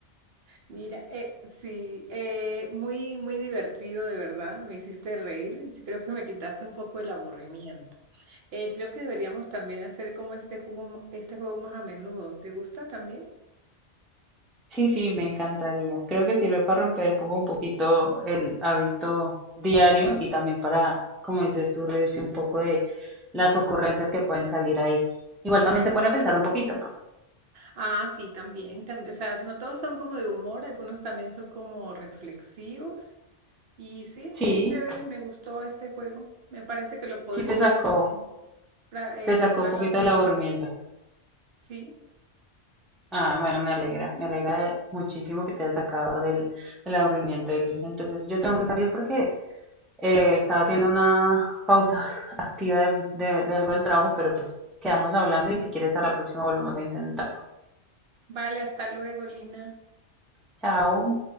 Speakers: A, on the right; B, in the centre.
A: Mira, eh, sí, eh, muy, muy divertido, de verdad. Me hiciste reír. Yo Creo que me quitaste un poco el aburrimiento. Eh, creo que deberíamos también hacer como este jugo mo- este juego más a menudo. ¿Te gusta también?
B: Sí, sí, me encantaría. Creo que sirve para romper como un poquito el hábito diario y también para, como dices tú, reírse un poco de las ocurrencias que pueden salir ahí. Igual también te pone a pensar un poquito, ¿no?
A: Ah, sí, también, también. O sea, no todos son como de humor, algunos también son como reflexivos. Y sí, es
B: Sí,
A: muy chévere. Me gustó este juego. Me parece que lo podríamos
B: sí te sacó,
A: también pra- eh,
B: te
A: jugar
B: sacó un poquito
A: la próxima.
B: del aburrimiento.
A: Sí.
B: Ah, bueno, me alegra, me alegra muchísimo que te hayas sacado del, del aburrimiento, Iglesia. Entonces, yo tengo que salir porque eh, estaba haciendo una pausa activa de, mu- de de algo del trabajo, pero pues quedamos hablando y si quieres a la próxima volvemos a intentar.
A: Vale, hasta luego, Lina.
B: Chao.